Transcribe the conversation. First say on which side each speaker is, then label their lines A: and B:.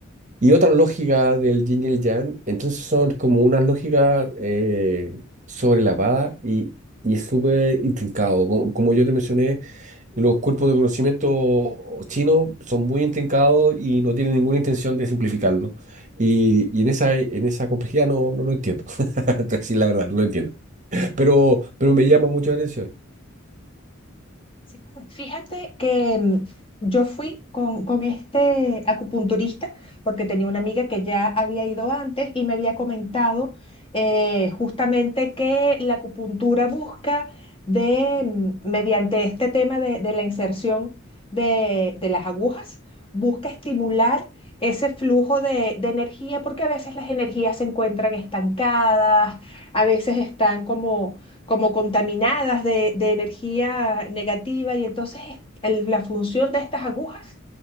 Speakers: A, on the right; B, on the left.
A: y otra lógica del yin y el yang, entonces son como unas lógicas eh, sobrelavadas y, y es súper intrincado. Co- Como, yo te mencioné, los cuerpos de conocimiento chinos son muy intrincados y no tienen ninguna intención de simplificarlo. Y, y en esa, en esa complejidad no, no lo entiendo. <laughs> Entonces, sí, la verdad, no lo entiendo. Pero, pero me llama mucho la atención.
B: Sí, Fíjate que mm, yo fui con, con este acupunturista porque tenía una amiga que ya había ido antes y me había comentado eh, justamente que la acupuntura busca de, mm, mediante este tema de, de la inserción de, de las agujas, busca estimular ese flujo de, de energía porque a veces las energías se encuentran estancadas, a veces están como como contaminadas de, de energía negativa y entonces el- la función de estas agujas